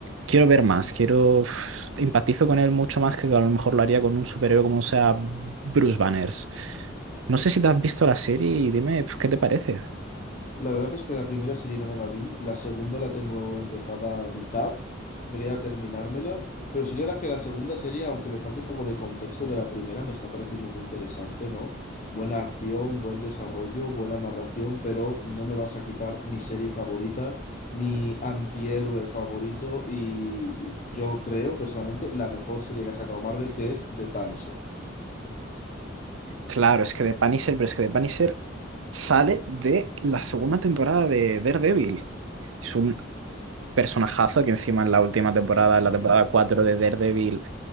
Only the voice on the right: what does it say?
quiero ver más, quiero uf, empatizo con él mucho más que a lo mejor lo haría con un superhéroe como sea Bruce Banners. No sé si te has visto la serie y dime pues, qué te parece.
Claro, es que The Punisher, pero es que The Punisher sale de la segunda temporada de Daredevil. Es un personajazo que encima en la última temporada, en la temporada 4 de Daredevil.